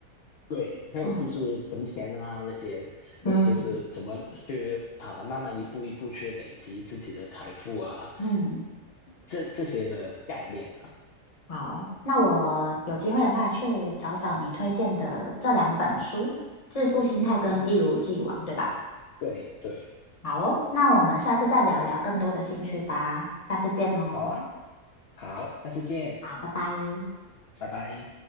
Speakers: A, on the left; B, on the left.
A: 对，还有就是存钱啊那些的，
B: 嗯嗯
A: 就是怎么去啊，慢慢一步一步去累积自己的财富啊，
B: 嗯，
A: 这这些的概念啊。
B: 好，那我有机会的话去找找你推荐的这两本书，《致富心态》跟《一如既往》，
A: 好了，
B: 对吧？
A: 对对，
B: 好哦，那我们下次再聊聊更多的兴趣吧，下次见哦，
A: 好啊，好，下次见，
B: 好，拜拜。
A: 拜拜。